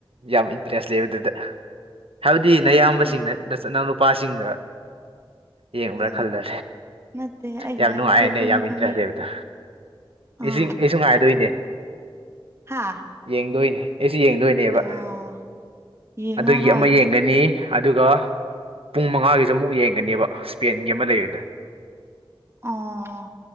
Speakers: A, on the right; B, on the right.
A: ꯌꯥꯝ ꯏꯟꯇꯔꯦꯁ ꯂꯩꯕ ꯑꯗꯨꯗ ꯍꯥꯏꯕꯗꯤ
B: ꯅꯠꯇꯅ
A: ꯑꯌꯥꯝꯕꯁꯤꯡꯅ
B: ꯀꯥꯏ
A: ꯆꯠꯅꯕ ꯄꯥꯁꯤꯒꯥ ꯌꯦꯡꯕ꯭ꯔꯥ
B: ꯑ
A: ꯈꯜꯂꯦ
B: ꯅꯠꯇꯦ ꯑꯩꯒ
A: ꯌꯥꯝ ꯅꯨꯡꯉꯥꯏꯅ
B: ꯏꯆꯦ ꯑꯩꯈꯣꯏꯅꯤ
A: ꯌꯥꯝ
B: ꯈꯪꯅꯦ
A: ꯏꯟꯇꯔꯦꯁ ꯂꯩꯕꯗꯣ
B: ꯑꯥ
A: ꯏꯁꯤꯡ ꯑꯩꯁꯨ ꯉꯥꯏꯗꯣꯏꯅꯦ
B: ꯍꯥ
A: ꯌꯦꯡꯗꯣꯏꯅꯦ ꯑꯩꯁꯨ ꯌꯦꯡꯗꯣꯏꯅꯦꯕ
B: ꯑꯣ ꯌꯦꯡꯉꯣ
A: ꯑꯗꯨꯒꯤ
B: ꯍꯣꯏ
A: ꯑꯃ ꯌꯦꯡꯒꯅꯤ ꯑꯗꯨꯒ ꯄꯨꯡ ꯃꯉꯥꯒꯤꯗꯣ ꯑꯃꯨꯛ ꯌꯦꯡꯒꯅꯤꯕ ꯏꯁꯄꯦꯟꯒꯤ ꯑꯃ ꯂꯩꯕꯗꯣ
B: ꯑꯣ